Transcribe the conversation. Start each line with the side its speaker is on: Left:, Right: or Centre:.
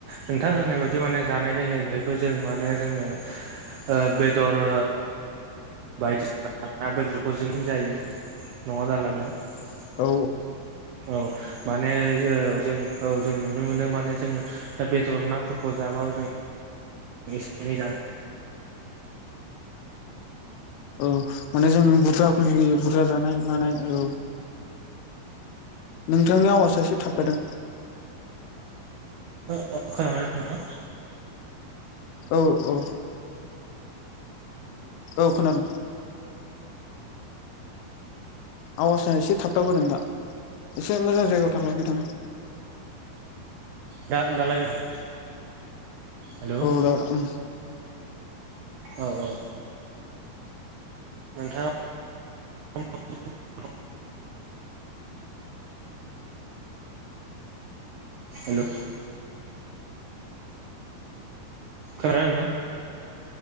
Right: नोंथां होननाय बायदि बिदि माने जानाय लोंनायनिफ्रायबो जों माने जोङो ओ बेदर बायदिसिना ना बेदरखौ जों जायो नङा दालाय नोंथां
Left: औ
Right: औ माने औ जों औ जों नुनो मोनदों माने जोङो बेदर नाफोरखौ जाबाबो जों एसे एनै जानो
Left: औ माने जों बुरजाखौ लुुबैयो बुरजा जानाय मानाय औ नोंथांनि आवाजा एसे थाबथादों
Right: औ खोनाबायना नोंथां
Left: औ औ औ खोनादों आवासआ एसे थाबथाबोदों दा एसे मोजां जायगायाव थालाय बिथाङा
Right: दा दालाय नोंथां हेलौ
Left: औ औ दा उम
Right: औ औ नोंथाङा <unintelligible> हेल' खोनादोंना नोंथां